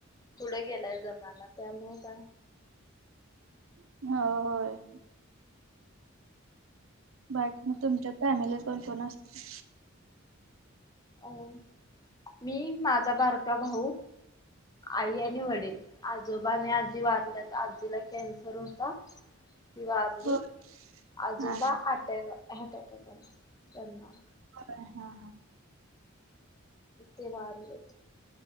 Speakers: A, on the left; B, on the right.
A: पुढं गेलाय जमाना, त्यामुळं काय
B: हो, होय. बाकी मग, तुमच्या फॅमिलीत कोण-कोण असतंय?
A: अह मी, माझा बारका भाऊ, आई आणि वडील. आजोबा आणि आजी वारल्यात, आजीला कॅन्सर होता. ती वारली,
B: हा
A: आजोबा
B: हा
A: अटक हार्ट अटॅक आला त्यांना
B: हा हा
A: ते वारलेत.